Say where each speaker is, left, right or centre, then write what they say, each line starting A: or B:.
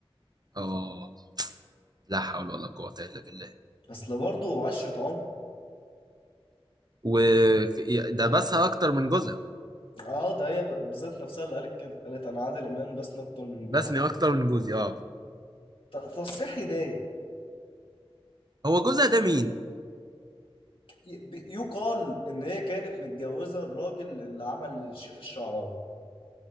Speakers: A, on the right; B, on the left.
A: اه لا حول ولا قوه الا بالله
B: اصل برضه عشره عمر
A: وده بسها اكتر من جوزها
B: اه ده هي ب- بذات نفسها اللي قالت كده قالت انا عادل امام بس اكتر من جوزي
A: بسني اكتر من جوزي اه
B: ت- تصريح يضايق
A: هو جوزها ده مين
B: ي- ب- يقال ان هي كانت متجوزه الراجل اللي عمل الشيخ الشعراوي